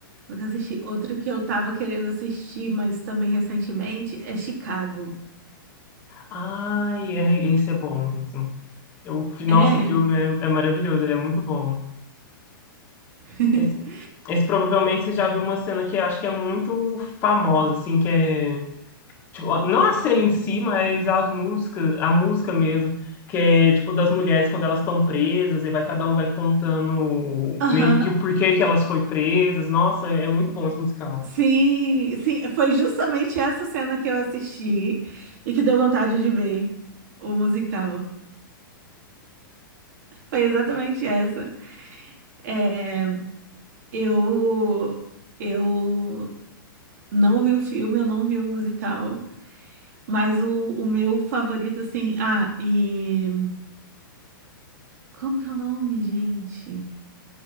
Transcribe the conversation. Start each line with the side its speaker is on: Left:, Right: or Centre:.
Right: Nunca assisti. Outro que eu tava querendo assistir, mas também recentemente, é Chicago.
Left: Ai, é, esse é bom mesmo. Eu, fi- nossa,
Right: É.
Left: o filme é, é maravilhoso, ele é muito bom.
Right: <laughs>
Left: Esse, esse provavelmente você já viu uma cena que acho que é muito famosa, assim, que é. Tipo, não a cena em si, mas as músicas, a música mesmo, que é tipo das mulheres quando elas estão presas, e vai cada um vai contando
Right: Aham.
Left: meio que o porquê que elas foi presas. Nossa, é é muito bom esse musical.
Right: Sim, sim. Foi justamente essa cena que eu assisti e que deu vontade de ver o musical. Foi exatamente essa. É, Eu, eu não vi o filme, eu não vi o musical. Mas o, o meu favorito, assim. Ah, e. Como que é o nome, gente?